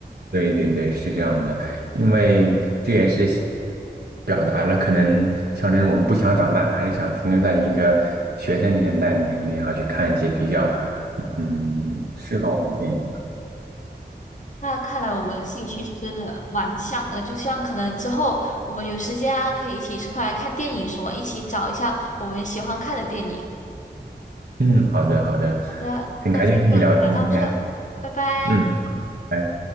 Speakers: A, on the right; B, on the left.
A: 对对对，是这样的，因为这也是表达了可能像这种我们不想长大，还是想停留在一个学生年代的年龄，然后去看一些比较嗯适合我们的电影。
B: 那看来我们兴趣是真的蛮像的，就像可能之后我们有时间啊，可以一起出来看电影什么，一起找一下我们喜欢看的电影。
A: 嗯，好的好的，
B: 好的，
A: 很开心跟你聊天今天，
B: 那今天就聊到这，拜拜。
A: 嗯。拜。